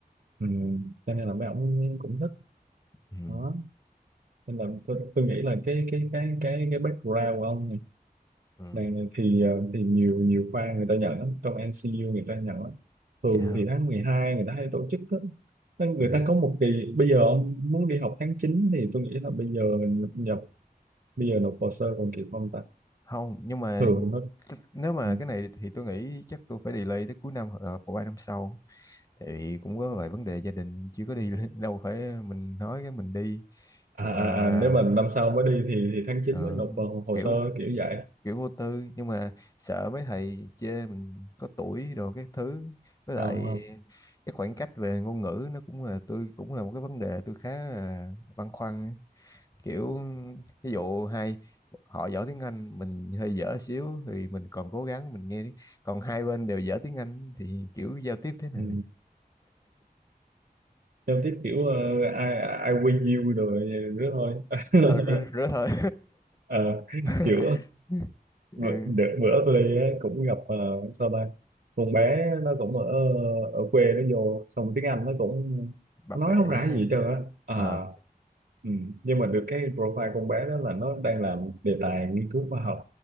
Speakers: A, on the right; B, on the left.
A: Ừ. cho nên là mấy ông cũng thích
B: ừ,
A: đó nên là tôi, tôi nghĩ là cái cái cái cái cái background của ông này,
B: ừ.
A: này, này thì ờ, thì nhiều nhiều khoa người ta nhận lắm trong NCU người ta nhận lắm thường
B: vậy hả
A: thì tháng 12 người ta hay tổ chức đó. Nên người
B: ừ.
A: ta có một kỳ bây giờ ông muốn đi học tháng 9 thì tôi nghĩ là bây giờ mình nhập, nhập bây giờ nộp hồ sơ còn kịp không ta
B: không nhưng mà
A: thường nó
B: chắc- nếu mà
A: ừ.
B: cái này thì tôi nghĩ chắc tôi phải delay tới cuối năm hoặc là ba năm sau tại vì cũng có vài vấn đề gia đình chưa có đi <laughs> đâu phải mình nói cái mình đi
A: à,
B: nhưng
A: à,
B: mà
A: à, nếu mà năm sau mới đi thì thì tháng chín
B: ờ,
A: mới nộp vào hồ
B: kiểu
A: sơ kiểu vậy
B: kiểu vô tư nhưng mà sợ mấy thầy chê mình có tuổi đồ các thứ với lại
A: không không
B: cái khoảng cách về ngôn ngữ nó cũng là tôi cũng là một cái vấn đề tôi khá là băn khoăn kiểu ví dụ hai họ giỏi tiếng Anh mình hơi dở xíu thì mình còn cố gắng mình nghe còn hai bên đều dở tiếng Anh thì kiểu giao tiếp thế nào
A: Ừ. Giao tiếp kiểu ờ, I, I win you rồi nữa thôi <laughs>
B: ờ, rứa, rứa thôi
A: Ờ,
B: <laughs>
A: kiểu
B: ừ,
A: bữa, đợt bữa tôi đi á, cũng gặp ờ, sao ta con bé nó cũng ở ở quê nó vô xong tiếng Anh nó cũng
B: bập
A: nó nói
B: bẹ
A: không
B: vậy
A: ra
B: á.
A: gì hết trơn á Ờ,
B: ờ
A: ừ. nhưng mà được cái profile con bé đó là nó đang làm đề tài nghiên cứu khoa học